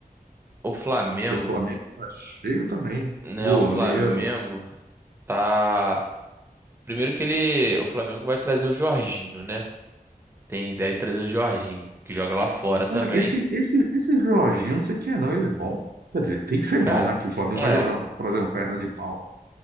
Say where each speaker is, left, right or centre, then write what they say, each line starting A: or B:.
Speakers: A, on the right (about 15°); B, on the right (about 80°).
A: O Flamengo,
B: Teu Flamengo tá cheio também.
A: né?
B: Goleiro.
A: O Flamengo tá. Primeiro que ele. O Flamengo vai trazer o Jorginho, né? Tem ideia de trazer o Jorginho, que joga lá fora também.
B: Cara, esse, esse, esse Jorginho, não sei quem é, não. Ele é bom. Quer dizer, tem que ser
A: Cara,
B: bom, né? Que o Flamengo
A: é.
B: vai jogar, trazer um perna de pau.